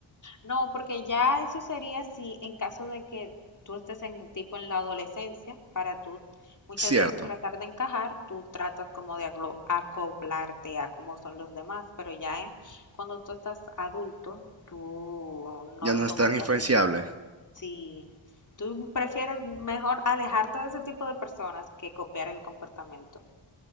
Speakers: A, on the left; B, on the right.
A: No, porque ya eso sería si en caso de que tú estés en tipo en la adolescencia, para tú muchas
B: Cierto,
A: veces tratar de encajar, tú tratas como de aglo- acoplarte a cómo son los demás, pero ya eh, cuando tú estás adulto, tú no
B: ya
A: lo
B: no
A: tomas
B: es tan influenciable.
A: así. Sí, tú prefieres mejor alejarte de ese tipo de personas que copiar el comportamiento.